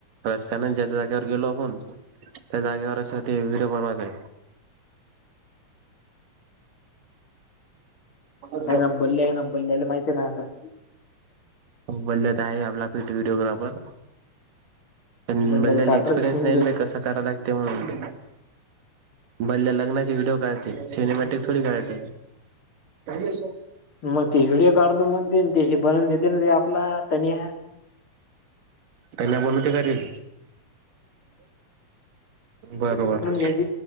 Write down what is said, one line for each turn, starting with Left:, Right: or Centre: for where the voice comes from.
Right: रस्त्याना ज्या जागेवर गेलो आपण त्या जागेवर अस ते व्हिडिओ बनवा जाई म
Left: ना बल्ले आहे ना बल्ल्याला माहिती आहे ना आता
Right: बोलल आहे आपला क व्हिडिओग्राफर पण
Left: बल्ल्याला
Right: बल्याला
Left: काढता
Right: एसपिरियनस
Left: विषय
Right: नाही कं करा लागतेण बल्ल्या लग्नाचे व्हिडिओ का सिनेमाॅटिक थोडी घराट का
Left: मग ते व्हिडिओ काढतो म्हणते ते हे बनवून देते ना ते आपला तनिया
Right: त्यांना बण ते काल बरोबर
Left: बनवून घ्यायची.